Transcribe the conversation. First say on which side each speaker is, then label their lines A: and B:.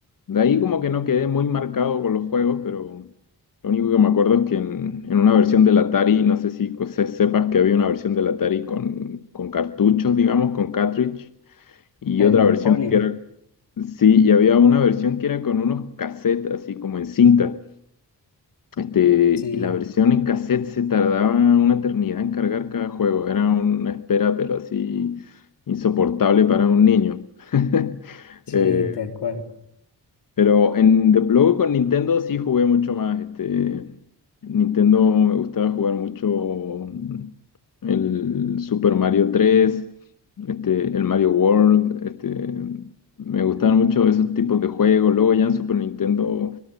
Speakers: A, on the left (about 50°); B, on the left (about 75°).
A: de ahí como que no quedé muy marcado con los juegos, pero lo único que me acuerdo es que en, en una versión del Atari, no sé si co- se- sepas que había una versión del Atari con, con cartuchos, digamos, con cartridge, y otra
B: El
A: versión
B: poli.
A: que era, sí, y había una versión que era con unos cassettes, así como en cinta. Este,
B: Sí,
A: y la versión en cassette se tardaba una eternidad en cargar cada juego. Era una espera, pero así insoportable para un niño. <laughs>
B: sí,
A: Eh,
B: tal cual.
A: pero en, de- luego con Nintendo sí jugué mucho más. Este, Nintendo me gustaba jugar mucho mm, el Super Mario tres este, el Mario World. Este, me gustaban mucho esos tipos de juegos. Luego ya en Super Nintendo, un